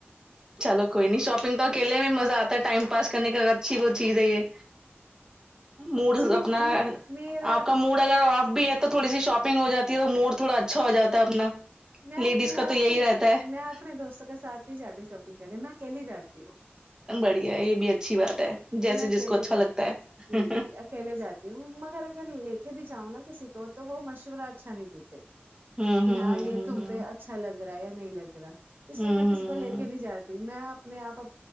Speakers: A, on the right; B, on the right.
A: چلو کوئی نہیں شاپنگ تو اکیلے بھی مزہ آتا ہے ٹائم پاس کرنے کا اچھی بہت چیز ہے یہ موڈ
B: جی
A: اپنا
B: میرا
A: آپ کا موڈ اگر آف بھی ہے تو تو تھڑی سی شاپنگ ہو جی ہے تو موڈ تھوڑا اچھا ہوجاتا ہے اپنا
B: میں
A: لیڈیز
B: میں
A: کا
B: اپنے
A: تو یہی رہتا ہے
B: میں اپنے دوستوں میرے ساتھ نہیں جاتی شاپنگ کرنے میں اکیلی جاتی ہوں
A: بڑھیا یہ بھی اچھی بات ہے جیسے
B: میں اکیلے
A: جس کو اچھا
B: جاتی
A: لگتا
B: ہوں
A: ہے
B: جی جی اکیلے جاتی مگر اگر لے کے بھی جاؤں نا کسی کو تو وہ مشورہ اچھا نہیں دیتے
A: ہوں
B: کہ
A: ہوں
B: ہاں یہ
A: ہوں ہوں
B: تم پہ اچھا لگ رہا ہے یا نہیں لگ رہا اس
A: ہوں
B: لیے میں
A: ہوں
B: کسی کو
A: ہوں
B: لے کے
A: ہوں
B: نہیں جاتی میں اپنے آپ